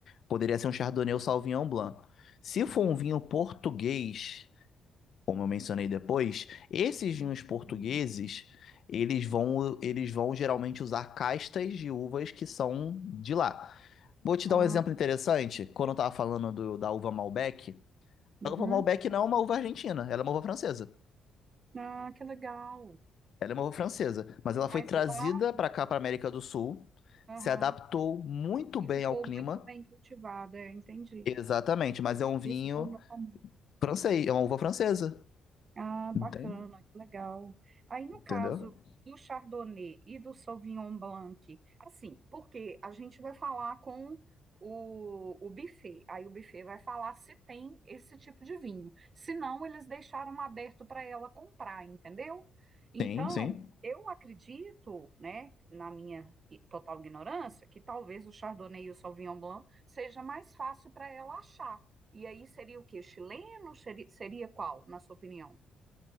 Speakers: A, on the left; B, on the right.
A: poderia ser um Chardonnay ou Sauvignon Blanc. Se
B: hum,
A: for um vinho português, como eu mencionei depois, esses
B: hum,
A: vinhos portugueses,
B: hum,
A: eles vão, eles vão geralmente usar castas de uvas que são de lá. Vou te
B: ah,
A: dar um exemplo interessante. Quando eu estava falando do- da uva Malbec,
B: uhum.
A: a uva Malbec não é uma uva argentina, ela é uma uva francesa.
B: Ah, que legal.
A: Ela é uma uva francesa, mas ela
B: Mas
A: foi trazida
B: lá,
A: para cá, para América do Sul,
B: aham,
A: se adaptou muito
B: e
A: bem
B: ficou
A: ao clima.
B: muito bem cultivada, eu entendi.
A: Exatamente, mas é um vinho
B: Esse tornou famoso.
A: francês, é uma uva francesa.
B: Ah, bacana,
A: Entende?
B: que legal. Aí, no
A: Entendeu?
B: caso do Chardonnay e do Sauvignon Blanc, assim, porque a gente vai falar com o, o buffet, aí o buffet vai falar se tem esse tipo de vinho. Se não, eles deixaram aberto para ela comprar, entendeu? Então,
A: Sim, sim.
B: eu acredito, né, na minha i- total ignorância, que talvez o Chardonnay e o Sauvignon Blanc seja mais fácil para ela achar. E aí seria o quê? Chileno? Seria seria qual, na sua opinião?